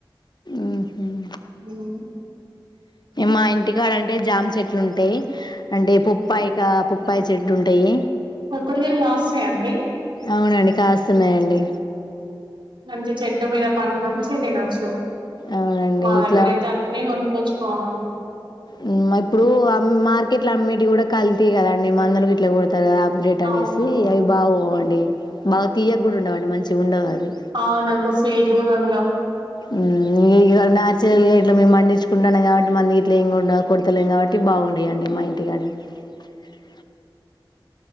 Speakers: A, on the left; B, on the right.
A: మ్మ్హ్మ్.
B: ఉమ్
A: మా ఇంటికాడ అంటే జామ చెట్లు ఉంటాయి అంటే పుప్పాయి కా పుప్పాయి చెట్లు ఉంటాయి
B: కొబ్బరికాయలు కాస్తాయండి
A: అవునండి కాస్తున్నాయండి
B: మంచి చెట్టు మీద పనులు మంచి తినొచ్చు
A: అవునండి
B: మా
A: ఇట్లా
B: దగ్గర అయితే అన్ నువ్వే కొనుకోవచ్చుకోవాలి
A: మ్ మర్ ఇప్పుడు మార్కెట్లు అమ్మేటి కూడా కల్తీ కదా అండి మా మందరికి ఇట్లా కూడ తదా ఆపరేట్ అనేసి
B: అవునవును
A: అవి బాగోవండి బాగా తీయక్ కూడా ఉండవు అండి మంచి గ ఉండవు అది
B: అవునంత స్వీట్ కూడా ఉండవు
A: మ్ ఇగ న్యాచ్ రల్గా ఇట్లా మేము మడించుకుంన్నా నయఆడ్డ్ మంది. ఇట్లేం గుండా కుడతలేం కాబట్టి బాగుండేయండి మా ఇంటికాడి ఇ